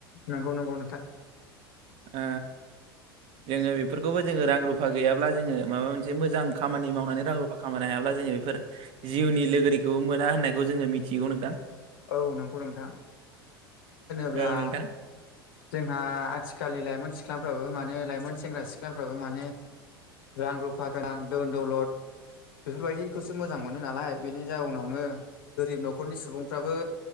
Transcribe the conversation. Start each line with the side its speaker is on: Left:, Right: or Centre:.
Left: नंगौ नंगौ नोंथां।
Right: ओ जोङो बेफोरखौबो जोङो रां रुफा गैयाब्ला जोङो माबा मोनसे मोजां खामानि मावनानै रां रुफा खामनो हायाब्ला जोङो बेफोर जिउनि लोगोरिखौबो मोना होननायखौ जोङो मिथि थिगौ नोंथां।
Left: औ नंगौ नोंथां। होनोब्ला
Right: औ नोंथां
Left: जोंहा आथिखालनि लाइमोन सिख्लाफ्राबो माने लाइमोन सेंग्रा सिख्लाफ्राबो माने रां रुफा गोनां दोन दौलद बेफोरबायदिखौसो मोजां मोनो नालाय बेनि जाउनावनो गोरिब न'खरनि सुबुंफ्राबो